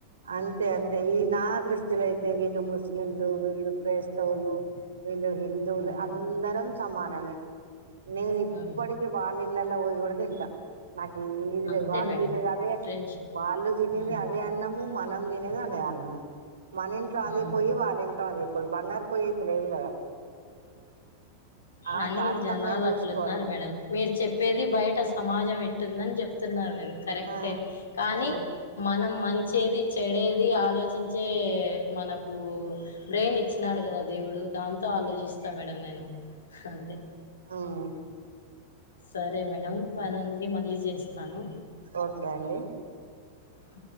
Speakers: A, on the right (about 70°); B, on the left (about 70°).
A: అంతే అంతే ఈ నా దృష్టిలో అయితే వీళ్ళు ముస్లింలు వీళ్ళు క్రైస్తవులు వీళ్ళు హిందువులు
B: ఉమ్
A: అందరం సమానమే నే ఇప్పటిక
B: ఉమ్
A: వాళ్ ఇళ్లల్లో కూడా పోయి తింటా నాకు ఏది తెలువదు
B: అంతే
A: వాళ్ళు
B: మేడం
A: తినేది అదే
B: ఫ్రెండ్షిప్
A: వాళ్ళు తినేది
B: ఉమ్
A: అదే అన్నం మనం తినేది అనే అన్నము మన ఇంట్లో అదే
B: ఉమ్
A: పోయ్యి వాళ్ళింట్లో అది పోయి బంగారు పొయ్యి అయితె లేదు కదా
B: కానీ
A: ఆ తారతమ్యం
B: జనాలు
A: చూసుకోవాలి
B: అట్లున్నారు మేడం మీరు చెప్పేది బయట సమాజం ఎట్టుందని చెప్ తున్నారు మీరు కరెక్టే
A: ఆ
B: కానీ
A: ఆ
B: మనం మంచేది చెడేది ఆలోచించే మనకు బ్రెయిన్ ఇచ్చినాడు కదా అది దేవుడు దాంతో ఆలోచిస్తా మేడం నేను అంతే
A: ఉమ్,
B: సరే మేడంమ్ పని ఉంది మళ్ళీ చేస్తాను
A: ఓకే అండి
B: ఆ